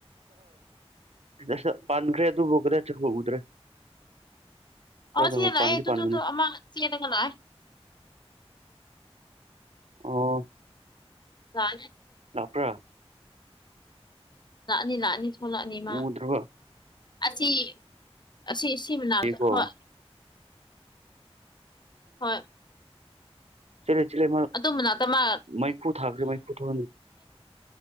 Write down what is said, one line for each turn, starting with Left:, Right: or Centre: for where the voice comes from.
Right: ꯑꯁ ꯄꯥꯟꯈ꯭ꯔꯦ ꯑꯗꯨꯕꯨ ꯒꯔ ꯆ ꯍ ꯎꯗ꯭ꯔꯦ ꯁ꯭ꯋꯥꯏꯗ
Left: ꯑ ꯁꯤꯦꯅꯥꯏꯌꯦ
Right: ꯍꯣꯏ ꯄꯥꯟꯗꯤ
Left: ꯇ
Right: ꯄꯥꯟꯕꯅꯦ
Left: ꯑꯃ ꯁꯤꯌꯦꯅꯦꯅꯥꯏ
Right: ꯑꯣ
Left: ꯀ
Right: ꯗꯣꯛꯥꯛꯇꯔ
Left: ꯂꯥꯛꯑꯅꯤ ꯂꯥꯛꯑꯅꯤ ꯊꯣꯛꯂꯛꯑꯅꯤ ꯏ ꯃꯥ
Right: ꯎꯗ꯭ꯔꯕ
Left: ꯑꯁꯤ ꯑꯁꯤ ꯁꯤ ꯃꯅ
Right: ꯀꯣ
Left: ꯍꯣꯏ ꯍꯣꯏ
Right: ꯆꯂ ꯆꯂ
Left: ꯑꯗꯨ ꯃꯅꯥꯛꯇ ꯃꯥ
Right: ꯃꯩꯐꯨ ꯊꯒ꯭ꯔꯦ ꯃꯩꯐꯨ ꯊ